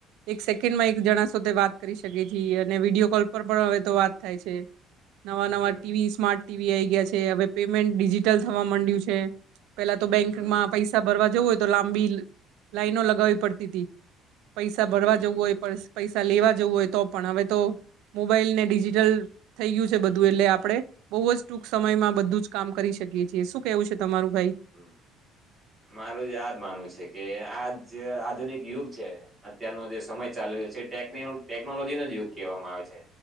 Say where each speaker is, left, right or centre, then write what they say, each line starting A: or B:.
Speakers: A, on the right (about 80°); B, on the right (about 15°).
A: એક સેકન્ડમાં એક જણા સાથે વાત કરી શકે છીએ અને વિડીિયો કોલ પર પણ હવે તો વાત થાય છે નવા નવા
B: હમ
A: ટીવી સ્માર્ટ ટીવી આઈ ગયા છે હવે પેમેન્ટ ડિજિટલ થવા માંડ્યું છે પેલા તો બેંકમાં
B: હમ
A: પૈસા ભરવા જવું હોય તો લાંબી લાઈનો લગાવવી પડતી ત પૈસા ભરવા
B: હમ
A: જવું હોય પડશે પૈસા લેવા જવું હોય તો પણ હવે તો મોબાઈલ ને ડિજિટલ થઈ ગયું છે બધું એટલે આપણે બહુ જ ટૂંક સમયમાં બધું જ કામ કરી શકીએ છીએ શું કેવું છે તમારું ભાઈ
B: હમ મારું જ યાદ માનવું છે કે આજ જે આધુનિક યુગ છે અત્યારનો જે સમય ચાલુ રહ્યો છેટેક ટેકનોલોજી ન જ યુગ કહેવામાં આવે છે